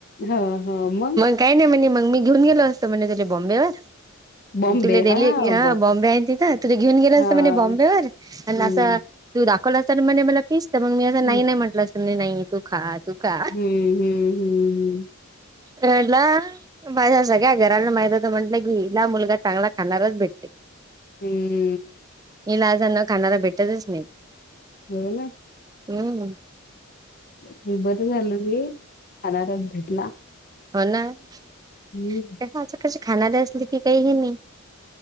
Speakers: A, on the left; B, on the right.
A: हं हं म?
B: काय नाही म्हणे मग मी घेऊन गेलो असतं म्हणे त्याच्या बॉम्बेवर.
A: बॉम्बे.
B: तुले दिल्ली
A: हां,
B: फिरा बॉम्बे आहे तिथं तुला घेऊन गेलं
A: हां.
B: असतं म्हणे बॉम्बे वर आण
A: हं,
B: असं तु दाखवला अस म्हणे मला पिस तर मग मी असं नाही
A: हं.
B: नाही म्हटलं असं मी नाही. तु खा तु खा
A: हं, हं, हं, हं.
B: रडला. माझ्या सगळ्या घराला माहित होतं म्हटलं की हिला मुलगा चांगला खाणारच भेटते.
A: हम्म!
B: इलाज ना खाणारा भेटतच नाही.
A: हो ना!
B: हम्म!
A: हम्म बरं झालं मी खणारा भेटला.
B: हो ना त्याच
A: हं,
B: असं कसं खाणार असली की काहीही नाही.